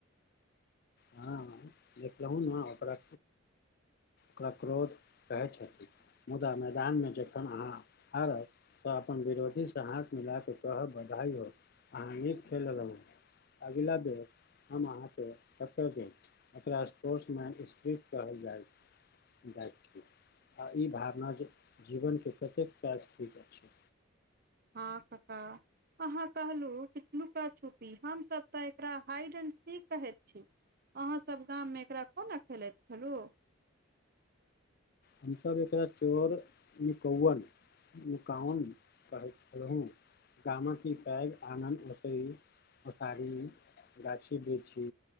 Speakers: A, on the left; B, on the right.
A: हँ देखलहु ने ओकरा के क्रोध कहै छथि मुदा मैदान मे जखन अहाँ हारब तऽ अपन विरोधीसँ हाथ मिलाकऽ कहब बधाइ हो अहाँ नीक खेललहुं। अगिला बेर हम अहाँके टक्कर देब, एकरा स्पोर्टर्समेन स्पिरिट कहल जाय जाय छै, आ ई भावना जे जीवन के कतेक पाजिटिव अछि।
B: हँ कका। अहाँ कहलहुँ कि लुका छुपी, हमसभ तऽ एकरा हाइड एंड सी कहैत छी। अहाँ सब गाम मे एकरा कोना खेलैत छलु?
A: हम सब एकरा चोर नुकौवल नुकावन कहैत छलहुँ। कामा कि पैघ आंगन उसै उसारी मे गाछी वृक्षी